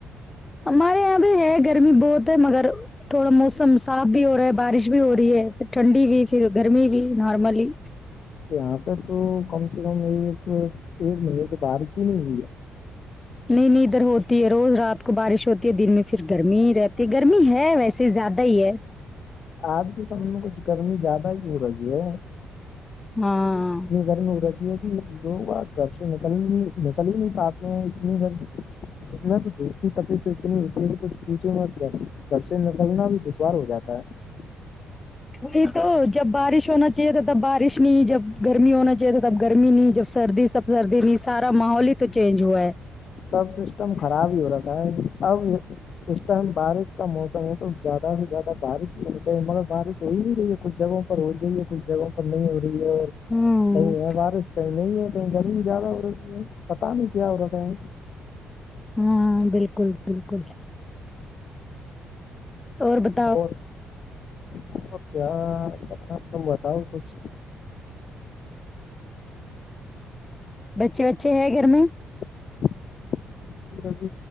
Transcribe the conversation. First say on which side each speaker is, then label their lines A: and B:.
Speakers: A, on the left (about 20°); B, on the left (about 55°).
A: ہمارے یہاں بھی ہے گرمی بہت ہے مگر تھوڑا موسم صاف بھی ہو رہا ہے بارش بھی ہو رہی ہے پ ٹھنڈی بھی پھر گرمی بھی نارملی
B: یہاں پہ تو کم سے کم ایک ایک مہینے تو بارش ہی نہیں ہوئی ہے
A: نہیں نہیں ادھر ہوتی ہے روز رات کو بارش ہوتی ہے دن میں پھر گرمی ہی رہتی ہے گرمی ہے ویسے زیادہ ہی ہے
B: آج کے سمے میں کچھ گرمی زیادہ ہی ہو رہی ہے
A: ہاں
B: اتنی گرمی رہتی ہے کہ لوگ آ گھر سے نکل بھی نکل ہی نہیں پاتے ہیں اتنی گرمی اس میں تو دھوپ کی تپی سے اتنی اتنی ہے کچھ پوچو مت گھر سے نکلنا بھی دشوار ہو جاتا ہے
A: وہی تو جب بارش ہونا چاہیے تھا تب بارش نہیں جب گرمی ہونا چاہیے تھا تب گرمی نہیں جب سردی سب سردی میں سارا ماحول ہی تو چینج ہوا ہے
B: سب سسٹم خراب ہی ہو رکھا ہے اب یہ اس ٹائم بارش کا موسم ہے تو زیادہ سے زیادہ بارش ہی ہونی چاہیے مگر بارش ہو ہی نہیں رہی ہے کچھ جگہوں پر ہو جوئی ہے کچھ جگہوں پر نہیں ہو رہی ہے اور
A: ہوں
B: کہیں ہے بارش کہیں نہیں ہے کہیں گرمی زیادہ ہو رہی ہے پتہ نہیں کیا ہو رکھا ہے
A: ہاں بالکل بالکل اور با
B: اور اور کیا کرنا تم بتاؤ کچھ
A: بچے وچے ہے گھر میں
B: <unintelligible> ج ابھی